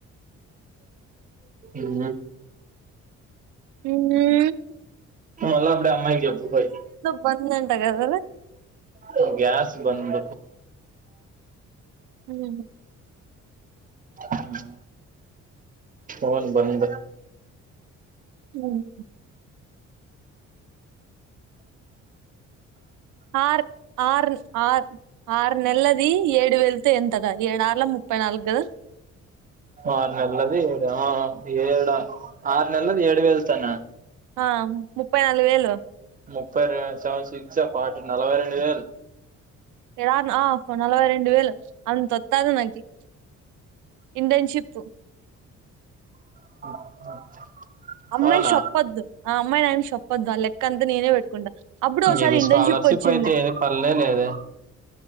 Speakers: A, on the right (about 30°); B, on the right (about 80°).
A: ఉమ్
B: ఉమ్మ్
A: మల్లా అప్పుడే అమ్మాయ్ కి జెప్పు పోయ్
B: బంద్ అంట కదరా
A: తు గ్యాస్ బంద్
B: ఉమ్
A: ఉమ్ ఫోన్ బంద్
B: ఉమ్ ఆర్ ఆర్న్ ఆర్ ఆరు నెల్లది ఏడు వెళతో ఎంతదా ఏడు ఆర్ల ముప్పై నాలుగు కదా
A: ఆరు నెల్లది ఏడు ఆ ఏడ ఆ ఆరు నెల్లది ఏడు వెళ్తోనా
B: ఆ ముప్పై నాలుగు వేలు
A: ముప్పై రే సెవెన్ సిక్స్ జ ఫార్టీ నలవై రెండు వేలు
B: ఎన ఆర్ నా నలవై రెండు వేలు అంతొత్తది నాకి ఇంటెన్షిప్
A: <unintelligible>
B: అమ్మాయికి
A: అవునా
B: షేప్పద్దు ఆ అమ్మాయి నాన్న కి షేప్పొద్దు ఆ లెక్కంతా నేనే పెట్టుకుంటా. అప్పుడే ఒసారి
A: ఇది
B: ఇంటెన్షిప్
A: స్కాలర్షిప్
B: వచ్చింది.
A: అయితే ఏది పల్లే లేదే